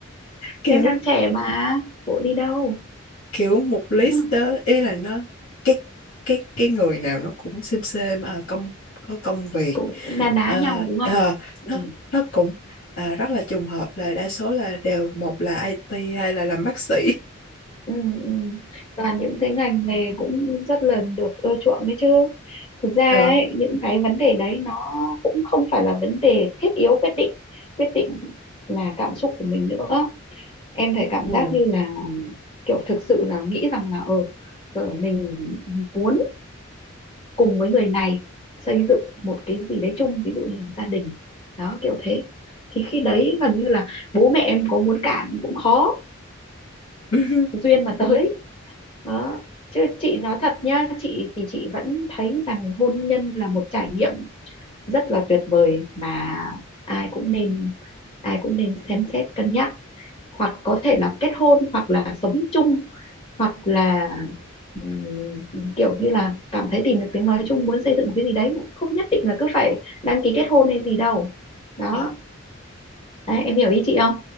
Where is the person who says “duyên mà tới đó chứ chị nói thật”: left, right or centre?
Left